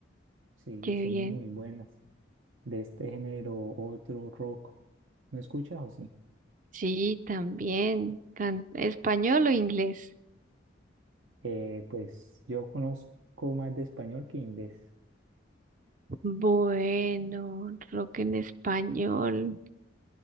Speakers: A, on the right; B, on the right.
A: Sí,
B: Qué
A: son
B: bien.
A: muy buenas. De este género, otro rock. ¿No escuchas o sí?
B: Sí, también. can- ¿Español o inglés?
A: Eh, pues yo conozco más de español que inglés.
B: Bueno, rock en español.